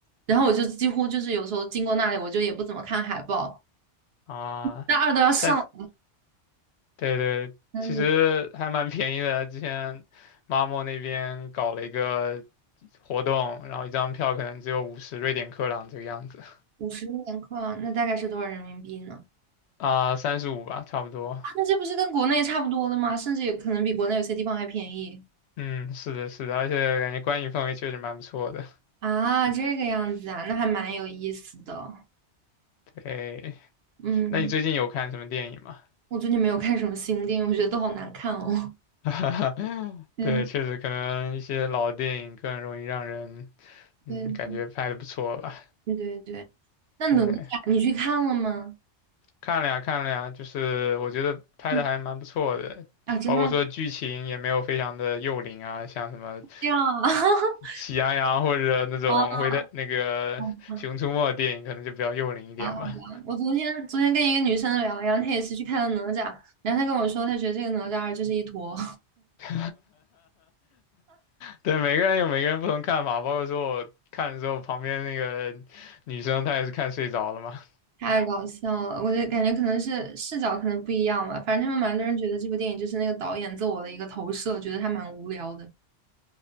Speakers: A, on the right; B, on the left.
A: 然后我就几乎就是有时候经过那里，我就也不怎么看海报。
B: 啊，
A: 那二都要上，
B: 但对对，
A: 嗯，
B: 其实还蛮便宜的。之前 Mamo 那边搞了一个活动，然后一张票可能只有五十瑞典克朗这个样子
A: 五十年课，那大概是多少人民币呢？
B: 啊，三十五吧，差不多。
A: 啊，那这不是跟国内差不多的吗？甚至有可能比国内有些地方还便宜
B: 嗯，是的，是的，而且感觉观影氛围确实蛮不错的。
A: 啊，这个样子啊，那还蛮有意思的。
B: 对，
A: 嗯，
B: 那你最近有看什么电影吗？
A: 我最近没有看什么新电影，我觉得都好难看哦。
B: <laughs>
A: <laughs> 对
B: 对，确实可能一些老电影更容易让人嗯感觉拍的不错吧。
A: 对对对对。那哪吒你去看了吗？
B: 对，看了呀，看了呀，就是我觉得拍的还蛮不错的，
A: 嗯啊，真的吗
B: 包括说剧情也没有非常的幼龄啊，像什么
A: 这样啊？<laughs>
B: 喜羊羊或者那种回的那个熊出没的电影，
A: 啊，好
B: 可能就比较幼龄一点吧。
A: 好吧。我昨天昨天跟一个女生聊，然后她也是去看了哪吒，然后她跟我说，她觉得这个哪吒二就是一坨，
B: <laughs> 对，每个人有每个人不同看法，包括说我看的时候，旁边那个女生她也是看睡着了嘛。
A: <laughs> 太搞笑了。我就感觉可能是视角可能不一样吧，反正他们蛮多人觉得这部电影就是那个导演自我的一个投射，觉得他蛮无聊的。